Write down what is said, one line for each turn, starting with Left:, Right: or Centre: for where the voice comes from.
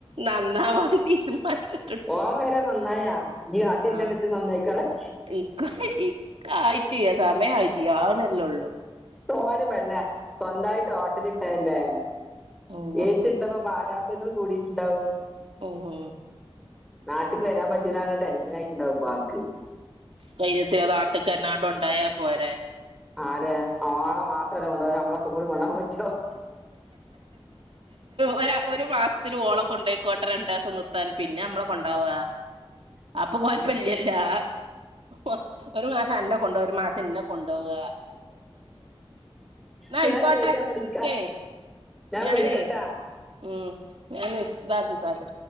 Right: നന്നാവാൻ ഇനിയും മച്ചാ
Centre: ഓൻ വരെ നന്നായാ നീ കാത്തിരിക്കണ്ടന്നാച്ച
Right: ആഹ്
Centre: നന്നായിക്കോളാൻ
Right: ഇക്ക ഇക്ക ആയിട്ടീ സമയം ആയിട്ടീ ആവുന്നല്ലേ ഉള്ളു
Centre: ഓന് പെണ്ണെ സ്വന്തായിട്ട് ഓട്ടലിട്ടയല്ലേ
Right: ഉം
Centre: ഏറ്റെടുത്തപ്പോ പ്രാരാബദ്ധങ്ങൾ കൂടിയിട്ടുണ്ടാവും
Right: ഓഹോ
Centre: നാട്ടിക്ക് വരാൻ പറ്റുലാന്ന ടെൻഷൻായിട്ടുണ്ടാവും ഇപ്പൊ ആൾക്ക്
Right: കൈ എത്തിയ നാട്ടുക്ക് എന്നാണ്ട് ഒണ്ടായാ പോരെ
Centre: ആരാ ഓളെ മാത്രല്ലേ കൊണ്ട നമ്മളൊക്കെ കൂടി കൊണ്ടോകാൻ പറ്റോ
Right: ഒര് ഒരു മാസത്തില് ഓളെ കൊണ്ടു പോക്കോട്ടെ രണ്ട് ദിവസം നിർ ത്താൻ പിന്നെ നമ്മളെ കൊണ്ട് പോവാ അപ്പൊ കൊഴപ്പമില്ലല്ലോ ഒ ഒരു മാസം അന്നെ കൊണ്ടുപോവാ ഒരു മാസം എന്നെ കൊണ്ടുപോവുക ന്നാ
Centre: എന്നാ
Right: ആയിക്കോട്ടെ
Centre: ശരി ഞാൻ വിളിക്കാം
Right: എനിക്കേ
Centre: ഞാൻ
Right: ഞാനേ
Centre: വിളിക്കട്ടാ
Right: ഉം ഞാൻ നിസ്താ ചെയ്താട്ടെ